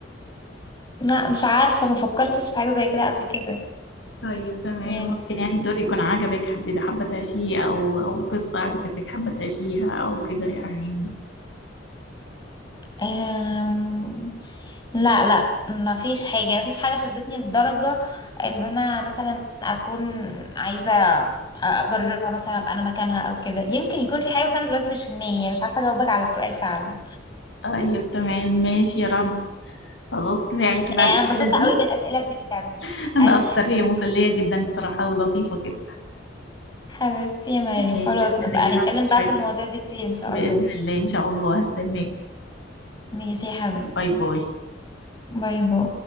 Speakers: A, on the left (about 25°); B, on the left (about 75°).
A: لا مش عارفة ما فكرتش في حاجة زي كده قبل كده
B: طيب تمام
A: يعني
B: ممكن يعني دور يكون عجبك حبيت حابة تعيشيه او او قصة عجبتك حابة تعيشيها او كده يعني
A: أم... لا لا ما فيش حاجة ما فيش حاجة شدتني لدرجة ان انا مثلا اكون عايزة اجربها مثلا ابقى انا مكانها او كده يمكن يكون في حاجة بس انا دلوقتي مش في دماغي يعني مش عارفة اجاوبك على السؤال فعلا
B: طيب تمام ماشي يا رنا خلاص كفاية عليكي بقى
A: آه، انا
B: الأسئلة
A: انبسطت
B: دي
A: قوي بالاسئلة دي بجد
B: <laughs> أنا
A: ايوه
B: أكتر هي مسلية جدا الصراحة ولطيفة كده
A: حبيبتي يا مريم
B: ماشي
A: خلاص
B: استناكي
A: نبقى نتكلم
B: بقى
A: بقى
B: شوية
A: في المواضيع دي كتير ان شاء
B: بإذن
A: الله
B: الله إن شاء الله هستناكي
A: ماشي يا حبيبتي
B: باي باي
A: باي باي